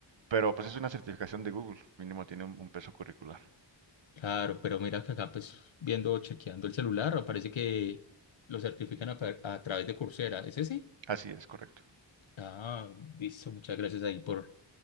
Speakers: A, on the right; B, on the left.
A: Pero pues es una certificación de Google, mínimo tiene un, un peso curricular.
B: Claro, pero mira que acá pues viendo, chequeando el celular, parece que lo certifican a, par- a través de Coursera. ¿Es ese?
A: Así es, correcto.
B: Ah, listo, muchas gracias ahí por